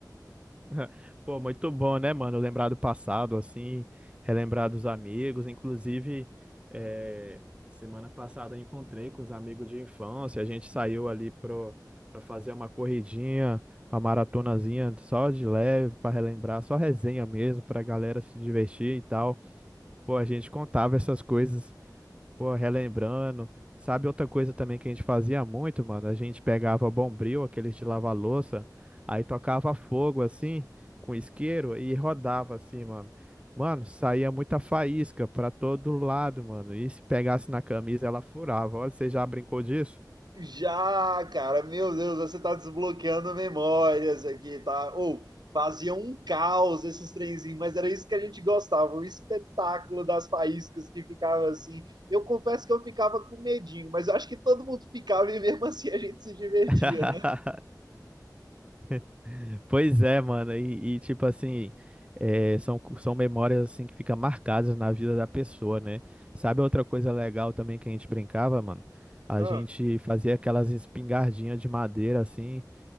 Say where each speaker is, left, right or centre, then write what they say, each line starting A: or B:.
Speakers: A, on the right (about 15°); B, on the right (about 75°).
A: <laughs> Pô, muito bom, né, mano? Lembrar do passado, assim, relembrar dos amigos. Inclusive, eh, semana passada eu encontrei com os amigos de infância. A gente saiu ali pro, pra fazer uma corridinha, uma maratonazinha só de leve, pra relembrar, só resenha mesmo, pra galera se divertir e tal. Pô, a gente contava essas coisas Pô, relembrando. Sabe outra coisa também que a gente fazia muito, mano? A gente pegava Bombril, aqueles de lavar louça, aí tocava fogo assim, com isqueiro e rodava assim, mano. Mano, saía muita faísca pra todo lado, mano. E se pegasse na camisa, ela furava. Olha, você já brincou disso?
B: Já, cara, meu Deus, você tá desbloqueando memórias aqui, tá? Ou fazia um caos esses trenzinhos, mas era isso que a gente gostava, o espetáculo das faíscas que ficava assim. Eu confesso que eu ficava com medinho, mas eu acho que todo mundo ficava e mesmo assim a gente se divertia,
A: <laughs>
B: né?
A: <laughs> Pois é, mano, e, e, tipo assim, é, são, são memórias assim que ficam marcadas na vida da pessoa, né? Sabe outra coisa legal também que a gente brincava, mano? A
B: Ah.
A: gente fazia aquelas espingardinhas de madeira assim,